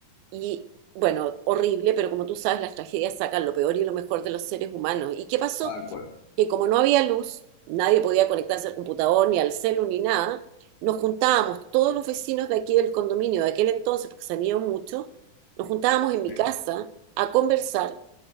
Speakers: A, on the right; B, on the left.
A: y, bueno, horrible, pero como tú sabes, las tragedias sacan lo peor y lo mejor de los seres humanos. ¿Y qué pasó?
B: Tal cual.
A: Que como no había luz, nadie podía conectarse al computador, ni al celu, ni nada, nos juntábamos, todos los vecinos de aquí del condominio de aquel entonces, porque salían muchos, nos juntábamos en mi
B: Sí.
A: casa a conversar